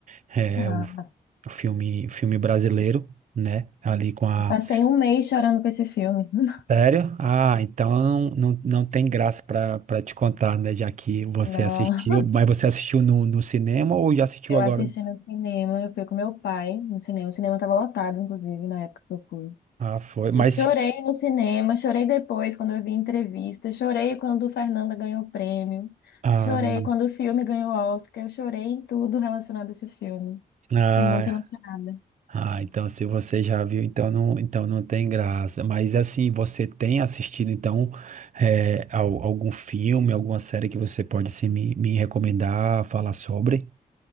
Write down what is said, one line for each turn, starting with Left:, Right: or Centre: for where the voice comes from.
Right: é,
Left: Ah,
Right: o, o filme, o filme brasileiro, né? Ali com a.
Left: passei um mês chorando com esse filme. <laughs>
Right: Sério? Ah, então não, não, não tem graça pra para te contar, né? Já que você
Left: Não,
Right: assistiu, mas você assistiu no, no cinema ou já assistiu
Left: eu
Right: agora?
Left: assisti no cinema, eu fui com meu pai no cinema. O cinema estava lotado, inclusive, na época que eu fui.
Right: Ah, foi. Mas.
Left: Eu chorei no cinema, chorei depois quando eu vi entrevista, chorei quando o Fernanda ganhou o prêmio,
Right: Ah,
Left: chorei quando o filme ganhou o Oscar, eu chorei em tudo relacionado a esse filme.
Right: ah,
Left: Fiquei muito emocionada.
Right: ah, então se você já viu, então não, então não tem graça. Mas assim, você tem assistido então é, al- algum filme, alguma série que você pode assim, me, me recomendar, falar sobre?